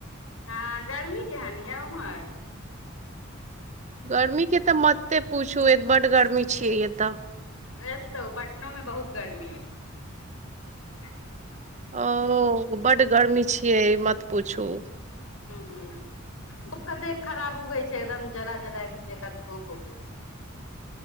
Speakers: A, on the left; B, on the right.
A: हँ गर्मी केहन यए उम्हर
B: गर्मी के तऽ मते पूछू ए बड गर्मी छियै एतऽ
A: एतौ पटनो मे बहुत गर्मी <inaudible>
B: ओ बड्ड गर्मी छियै मत पूछू
A: ह घुप कते खराब उगै छै एकदम जला जलाय जका धूप उगै छै